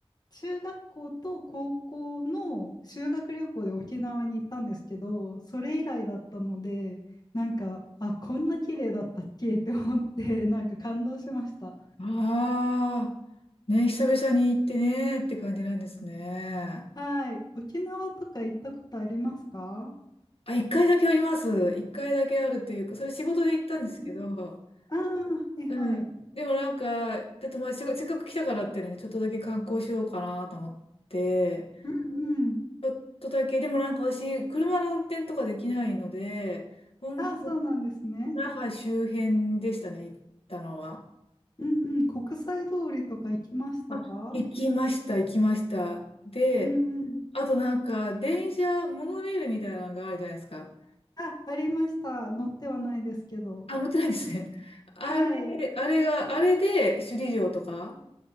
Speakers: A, on the left; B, on the left.
A: 中学校と高校の修学旅行で沖縄に行ったんですけど、それ以来だったので、なんか、あ、こんな綺麗だったっけって思って、なんか感動しました。
B: ああ、ねえ、久々に行ってねって感じなんですね。
A: はい。沖縄とか行ったことありますか
B: あ、一回だけあります。一回だけあるっていうか、それ仕事で行ったんですけど、
A: うんうんああー、はいはい。
B: うん。でもなんか、だってまあ、仕事せっかく来たからってね、ちょっとだけ観光しようかなと思って、
A: うんうん。
B: ちょっとだけ、でもなんか私、車の運転とかできないので、本当、
A: ああ、そうなんですね。
B: 那覇周辺でしたね、行ったのは。
A: うんうん。国際通りとか行きましたか
B: あ、行きました、行きました。で、
A: うんうん。
B: あとなんか、電車、モノレールみたいなのがあるじゃないですか。
A: あ、ありました。乗ってはないですけど。
B: あ、乗ってないんですね。あれ、
A: はい。
B: あれが、あれで首里城とか